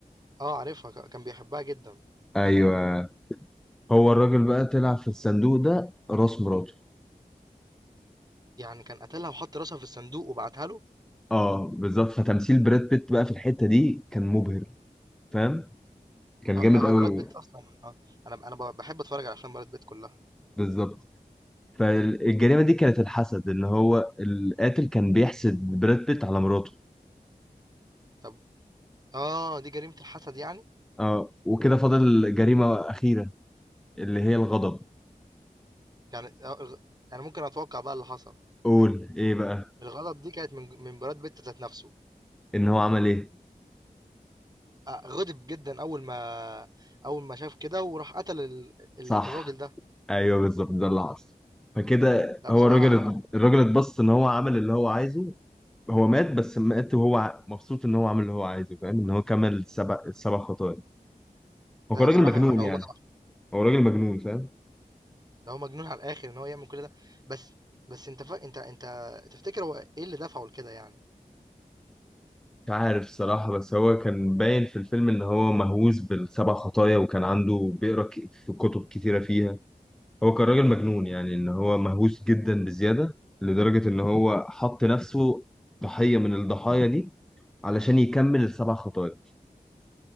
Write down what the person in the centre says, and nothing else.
ايوه هو الراجل بقى طلع في الصندوق ده راس مراته
اه بالظبط فتمثيل براد بيت بقى في الحتة دي كان مبهر فاهم؟ كان
جامد
قوي
بالظبط فالجريمة دي كانت الحسد اللي هو القاتل كان بيحسد براد بيت على مراته
اه وكده فاضل جريمة أخيرة اللي هي الغضب
قول ايه بقى
ان هو عمل ايه
صح
ايوه بالظبط ده اللي حصل فكده
هو
الراجل الراجل اتبسط ان هو عمل اللي هو عايزه هو مات بس مات وهو ع- مبسوط ان هو عمل اللي هو عايزه فاهم ان هو كمل السبع السبع خطايا هو
كان
راجل
مجنون
يعني
هو راجل مجنون فاهم
مش عارف الصراحة بس هو كان باين في الفيلم ان هو مهووس بالسبع خطايا وكان عنده بيقرا ك- في كتب كتيرة فيها هو كان راجل مجنون يعني ان هو مهووس جدا بزيادة لدرجة ان هو حط نفسه ضحية من الضحايا دي علشان يكمل السبع خطوات